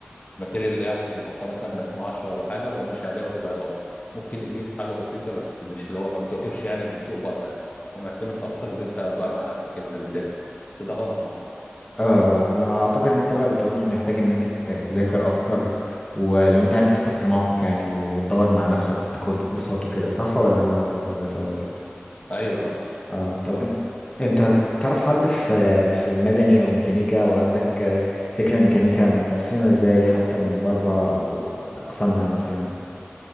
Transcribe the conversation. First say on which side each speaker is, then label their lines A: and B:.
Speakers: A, on the left; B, on the left.
A: الماتيريال اللي هي حاطه مثلا من 2010 ولا حاجه هو ماشي عليها ما بيغيرهاش ممكن يضيف حاجه بسيطه بس مش اللي هو ما بتواكبش يعني السوق بره يعني هو معتمد اكتر ان انت بقى مع نفسك انت بتذاكر بس ده غلط طبعا
B: اه انا اعتقد ان انت بقى بتعوز محتاج ان انت ت- تذاكر اكتر ولو انت يعني اتحطيت في الموقف يعني وتدور مع نفسك وتاخد كورسات وكده صح ولا انا ولا انا فاهم غلط
A: ايوه آه،
B: اه
A: بالظبط
B: طب انت انت تعرف حد في في مدني او ميكانيكا وعندك فكرة ميكانيكا متقسمة ازاي حتى من بره او اقسامها مثلا